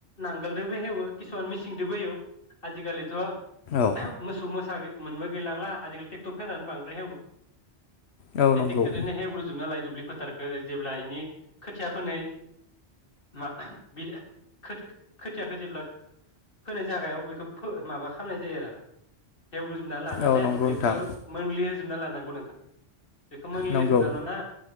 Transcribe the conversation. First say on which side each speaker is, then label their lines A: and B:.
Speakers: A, on the left; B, on the left.
A: नांगोलदोबो हेवो किसुमान मिसिंदोबो एवो आजिखालिथ'
B: औ
A: मोसौ मोसा मोनबो गैलांला आजिखालि ट्रेक्टरफोरानो बांद्राय एवो बे
B: औ नंगौ
A: टेक्टरजोंनो एवग्रोजोबना लायो दुब्लि फोथारखौ जेब्ला इनि खोथिया फोनाय माबा खोथि खोथियाखो जेब्ला फोनाय जागायाव बेखौ माबा खालामनाय जायो आरो हेवगो जोबना लानानै
B: औ नंगौ
A: दुब्लिखौ
B: नोंथां
A: मोनग्लि <unintelligible> नंगौ नोंथां बेखौ मोनलि
B: नंगौ
A: होजोबना लाना